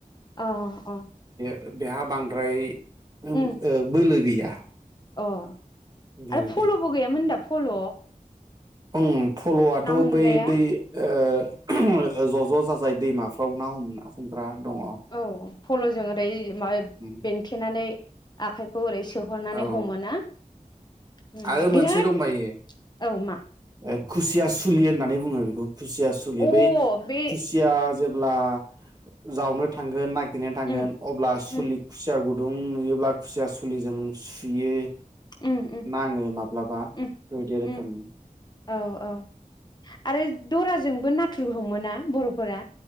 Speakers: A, on the left; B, on the right.
A: अ अ।
B: बेेहा बां द्राय ओम
A: उम
B: ओ बोलो गैया। <unintelligible>
A: अ। आरो
B: बेबायदि
A: फल'बो गैयामोन दा। फल'।
B: उम। फल'आथ'
A: ना हमग्राया
B: बै दै ओ ज' ज' जाजाय दैमाफ्राव ना हमना हमग्रा। दङ
A: औ फल'जों ओरै माबा
B: उम
A: बेंथेनानै। आखायखौ ओरै सोहरनानै
B: औ
A: हमोना। उम
B: आरो
A: बिराद
B: मोनसे दंबायो
A: औ मा
B: खुसिया सुलि होननानै बुङो बेखौ। खुसिया सलियो
A: अ
B: बै
A: बे
B: खुसिया जेब्ला जावनो थांगोन न गनानै थांगोन
A: उम
B: अब्ला सुलि
A: उम
B: खुसिया गुर गुदुं नुयोब्ला खुसिया सुलिजों सुयो
A: उम उम।
B: ङो माब्लाबा
A: उम
B: बेबायदि
A: उम
B: रोखोमनि
A: औ औ आरो दराजोंबो नाथुर हमो बरफोरा।